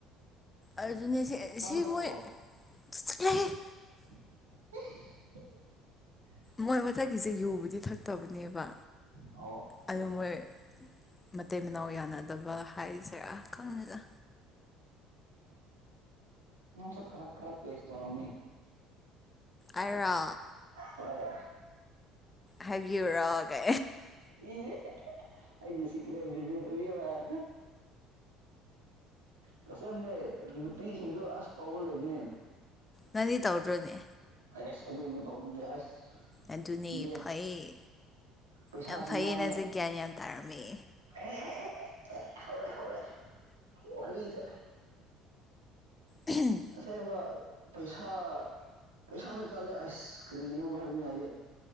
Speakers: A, on the left; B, on the right.
A: ꯑꯗꯨꯅꯦ ꯁꯤ ꯁꯤ
B: ꯊꯛꯄ꯭ꯔꯣ
A: ꯃꯣꯏꯂ <unintelligible>
B: <unintelligible>
A: ꯃꯣꯏ ꯃꯊꯛꯀꯤꯁꯦ ꯌꯨꯕꯨꯗꯤ ꯊꯛꯇꯕꯅꯦꯕ
B: ꯑ
A: ꯑꯗꯨ ꯃꯣꯏ ꯃꯇꯩ ꯃꯅꯥꯎ ꯌꯥꯅꯗꯕ ꯍꯥꯏꯔꯤꯁꯦꯔꯥ ꯈꯪꯉꯦꯒ
B: ꯅꯪꯁꯨ ꯈꯔ ꯈꯔ ꯇꯦꯁ ꯇꯧꯔꯝꯅꯤ
A: ꯑꯩꯔꯣ
B: ꯍꯣꯏ
A: ꯍꯥꯏꯕꯤꯌꯨꯔꯣ ꯀ
B: ꯏꯦ ꯑꯩꯒꯤ ꯁꯤꯀ꯭ꯔꯦꯔꯤꯌ ꯇ <unintelligible> ꯎ ꯀꯁꯝꯅꯦ ꯅꯨꯄꯤꯁꯤꯡꯁꯨ ꯑꯁ ꯇꯧꯕ ꯂꯩꯕꯅꯦ
A: ꯅꯪꯗꯤ ꯇꯧꯗ꯭ꯔꯣꯅꯦ
B: ꯑꯁ ꯑꯗꯨꯒꯨꯝꯕ ꯇꯧꯅꯤꯡꯗꯦ ꯑꯁ
A: ꯑꯗꯨꯅꯦ
B: ꯀꯤꯌꯦ
A: ꯐꯩꯌꯦ
B: ꯄꯩꯁꯥꯁꯨ
A: ꯌꯥꯝ ꯐꯩꯌꯦ
B: ꯃꯥꯡꯉꯦ
A: ꯅꯪꯁꯦ ꯒ꯭ꯌꯥꯟ ꯌꯥꯝ ꯇꯥꯔꯝꯃꯤ
B: ꯑꯦ ꯍ‌ꯦ ꯍ‌ꯦ ꯍꯧꯔꯦ ꯍꯧꯔꯦ ꯋꯔꯤꯗꯣ
A: ꯎꯍꯨꯝ
B: ꯑꯁꯦꯡꯕ ꯄꯩꯁꯥ ꯄꯩꯁꯥꯁꯨ ꯆꯠꯂꯦ ꯑꯁ ꯀꯔꯤꯒꯤꯅꯣ ꯍꯥꯏꯕꯅꯤ ꯑꯩꯗꯤ